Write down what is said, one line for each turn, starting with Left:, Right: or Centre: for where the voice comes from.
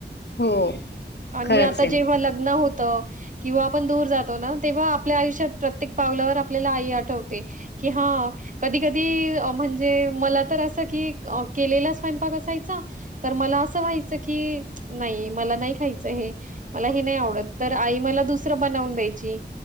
Left: हो
Right: आणि
Left: खरंच
Right: आता
Left: आहे
Right: जेव्हा
Left: ना
Right: लग्न होत किंवा आपण दूर जातो ना तेव्हा आपल्या आयुष्यात प्रत्येक पावल्यावर आपल्याला आई आठवते कि हा कधी कधी म्हणजे मला तर असं की केलेला स्वयंपाक असायचा तर मला असं व्हायचं की नाही मला नाही खायच हे मला हे नाही आवडत तर आई मला दुसरं बनवून द्यायची